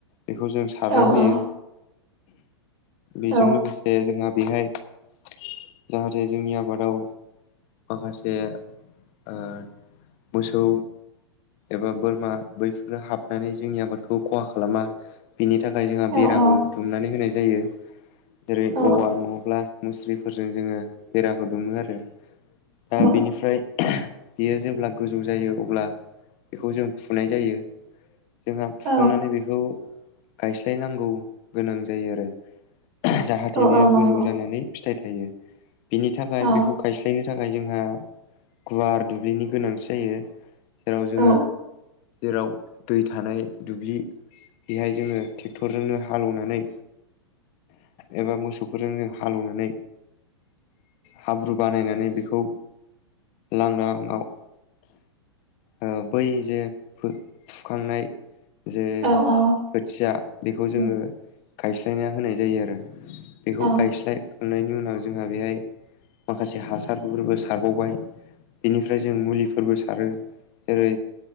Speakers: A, on the left; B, on the right.
A: बेखौ जों सारना
B: औ
A: होयो।
B: औ
A: बेजों
B: औ
A: लोगोसे जोंहा बेहाय जाहाथे जोंनि आबादाव माखासे ओ मोसौ एबा बोरमा बैफोरो हाबनानै जोंनि आबाद खौ खहा खालामा बेनि थाखाय जोंहा
B: औ
A: बेराबो
B: औ
A: दुमनानै होनाय जायो। जेरै
B: औ
A: औवा नङाब्ला मुस्रिफोरजों जोङो बेराखौ दुमो आरो। दा
B: औ
A: बिनिफ्राय बियो जेब्ला गोजौ जायो अब्ला बेखौ जों फुनाय जायो। जोंहा
B: औ
A: फुखांनानै बेखौ गायस्लायनांगौ गोनां जायो आरो। जाहाथे
B: औ
A: बेयो
B: औ
A: गोजौ
B: नंगौ
A: जानानै फिथाइ थाइयो, बिनि थाखाय
B: औ
A: बेखौ गायस्लायनो थाखाय जोंहा गुवार दुब्लिनि गोनांथि जायो जेराव जोङो
B: औ
A: जेराव दै थानाय दुब्लि बेहाय जोङो टेक्टरजोंनो हालौनानै एबा मोसौफोरजों हालौनानै हाब्रु बानायनानै बेखौ लांदांआव ओ बै जे फो-फुखांनाय जे
B: औ औ औ
A: खोथिया बेखौ जोङो
B: नं
A: गायस्लायना होनाय जायो आरो। बेखौ
B: औ
A: गायस्लायखांनायनि उनाव जोंहा बेहाय माखासे हासारफोरबो सारबावबाय। बेनिफ्राय जों मुलिफोरबो सारो जेरै